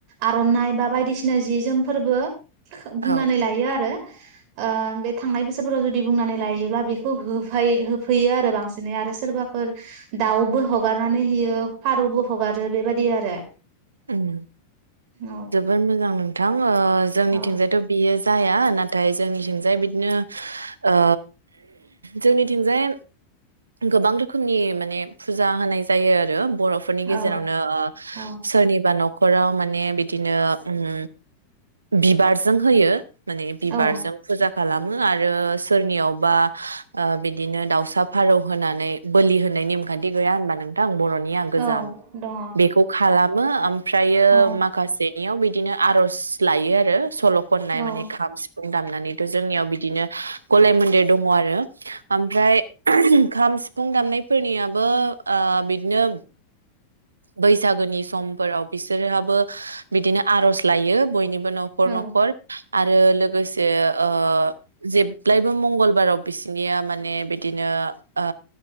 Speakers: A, on the right (about 45°); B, on the right (about 75°).
A: आर'नाइ बा बायदिसिना जि जोमफोरबो खो बुंनानै
B: औ
A: लायो आरो ओ बे थांनाय बोसोरफोराव जुदि बुंनानै लायोब्ला बेखौ होफाय होफैयो आरो बांसिनै आरो सोरबाफोर दाउबो हगारनानै होयो फारौबो हगारो बेबायदि आरो
B: ओम
A: औ
B: जोबोर मोजां नों थां ओ जोंनिथिंजायथ'
A: औ
B: बियो जाया नाथाय जोंनिथिंजाय बिदिनो ओ जोंनिथिंजाय गोबां रोखोमनि माने फुजा होनाय जायो आरो बर'फोरनि गेजेरावनो
A: औ
B: ओ
A: औ
B: बा न'खराव माने बिदिनो ओम बिबारजों होयो माने बिबारजों
A: औ
B: फुजा खालाम मो आरो सोरनियावबा ओ बिदिनो दाउसा फारौ होनानै बोलि होनाय नेम खान्थि गैया होनबा नोंथांं बर' निया गोजाम
A: औ दङ
B: बेखौ खालामो आमफ्रायो
A: औ
B: माखासेनियाव बिदिनो आर'ज लायो आरो सल' खननाय
A: औ
B: माने खाम सिफुं दामनानै थ' जोंनियाव बिदिनो गलाय मोन्देर दङ आरो ओमफ्राय खाम सिफ शफुं दामनायफोरनियाबो ओ बिदिनो बैसागोनि समफोराव बिसोरहाबो बिदिनो आर'ज लायो बयनिब बो न'खर
A: औ
B: न'खर आथ रो लोगोसे ओ जेब्लायबो मंगलबाराव बिसिनिया माने बिदिनो आ